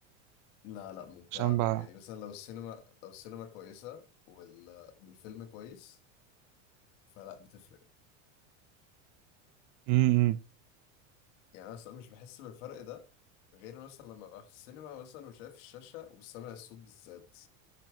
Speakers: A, on the left; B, on the right.
A: لا لا ممتع
B: عشان بقى
A: يعني مثلا لو السينما لو السينما كويسه وال... والفيلم كويس فلا بتفرق
B: امم
A: يعني انا أصلاً مش بحس بالفرق ده غير مثلا لما ابقى في السينما مثلا وشايف الشاشه وسامع الصوت بالذات